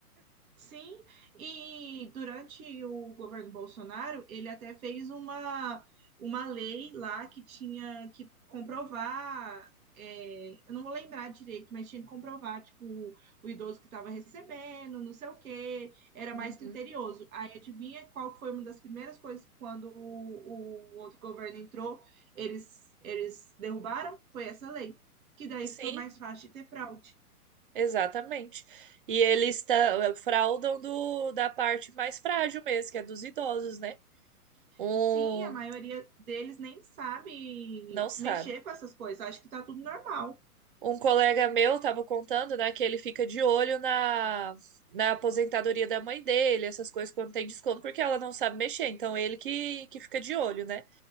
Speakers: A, on the right (about 60°); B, on the right (about 40°).
A: Sim, e durante o governo Bolsonaro, ele até fez uma, uma lei lá que tinha que comprovar, é, eu não vou lembrar direito, mas tinha que comprovar, tipo, o idoso que estava recebendo, não sei o quê, era
B: Uhum.
A: mais criterioso. Aí adivinha qual que foi uma das primeiras coisas que quando o, o outro governo entrou, eles, eles derrubaram? Foi essa lei, que daí
B: Sim,
A: fica mais fácil de ter fraude.
B: Exatamente. E eles tá- fraudam do, da parte mais frágil mesmo, que é dos idosos, né? Um
A: Sim, a maioria deles nem sabe
B: não sabe.
A: mexer com essas coisas. Acho que tá tudo normal.
B: Um colega meu estava contando, né, que ele fica de olho na, na aposentadoria da mãe dele, essas coisas quando tem desconto, porque ela não sabe mexer. Então ele que, que fica de olho, né?